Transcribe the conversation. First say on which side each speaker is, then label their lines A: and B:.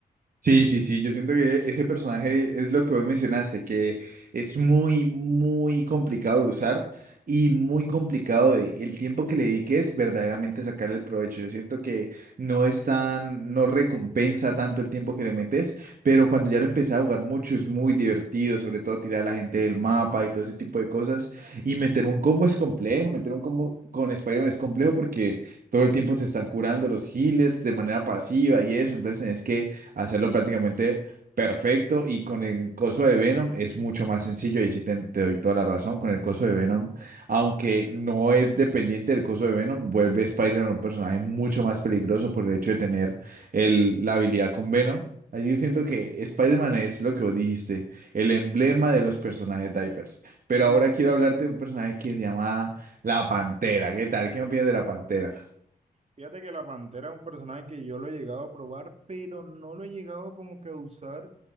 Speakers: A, on the right; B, on the right.
A: Sí, sí, sí, yo siento que ese personaje es lo que vos mencionaste, que es muy, muy complicado de usar y muy complicado de el tiempo que le dediques verdaderamente sacar el provecho. Yo siento que no es tan, no recompensa tanto el tiempo que le metes, pero cuando ya lo empecé a jugar mucho es muy divertido, sobre todo tirar a la gente del mapa y todo ese tipo de cosas. Y meter un combo es complejo, meter un combo con Spider-Man es complejo porque todo el tiempo se están curando los healers de manera pasiva y eso, entonces tenés que hacerlo prácticamente perfecto y con el coso de Venom es mucho más sencillo, ahí sí te, te doy toda la razón, con el coso de Venom, aunque no es dependiente del coso de Venom, vuelve Spider-Man un personaje mucho más peligroso por el hecho de tener el, la habilidad con Venom. Así yo siento que Spider-Man es lo que vos dijiste, el emblema de los personajes divers. Pero
B: Sí,
A: ahora quiero hablarte de un personaje que se llama La Pantera. ¿Qué tal? ¿Qué opinas de La Pantera?
B: fíjate que la Pantera es un personaje que yo lo he llegado a probar, pero no lo he llegado como que a usar